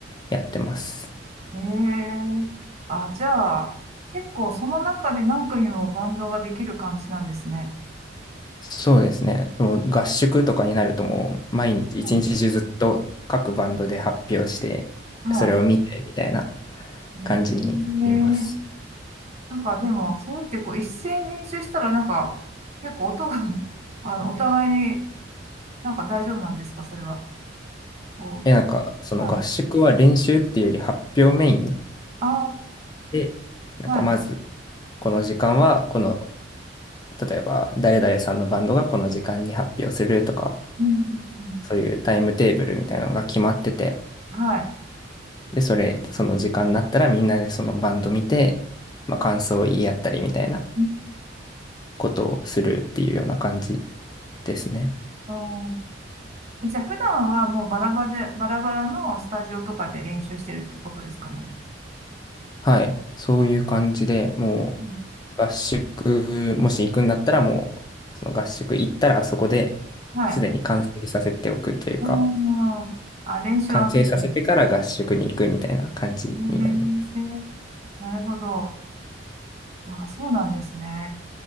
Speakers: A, on the left (about 20°); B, on the right (about 35°).
A: やってます。
B: い。えー、あ、じゃあ、結構その中で何組もバンドができる感じなんですね。
A: そうですね。もう合宿とかになるともう毎日一日中ずっと各バンドで発表して、
B: はい。はい
A: それを見てみたいな
B: ねえ
A: 感じになります。
B: なんかでも、それってこう一斉に練習したらなんか、結構音が <laughs> あの、お互いになんか大丈夫なんですかそれは。こ
A: で、なんか、その合宿は練習っていうより発表メイン
B: う、はい。あ
A: で、なんかまず、
B: あ、はい。
A: この時間は、この、例えば、誰々さんのバンドがこの時間に発表するとか、
B: うん、うん
A: そういうタイムテーブルみたいなのが決まってて、
B: はい。
A: で、それ、その時間になったらみんなでそのバンド見て、まあ、感想を言い合ったりみたいな
B: うん
A: ことをするっていうような感じですね。
B: あーじゃあ普段はもうバラバラで、バラバラのスタジオとかで練習してるってことですかね。
A: はい。そういう感じで、も
B: うん、
A: う、合宿、もし行くんだったらもう、その合宿行ったらそこで
B: はい。
A: すでに完成させておくというか、
B: あーあ、練習は普段。
A: 完成させてから合宿に行くみたいな感じになります。
B: えーなるほど。あー、そうなんですね。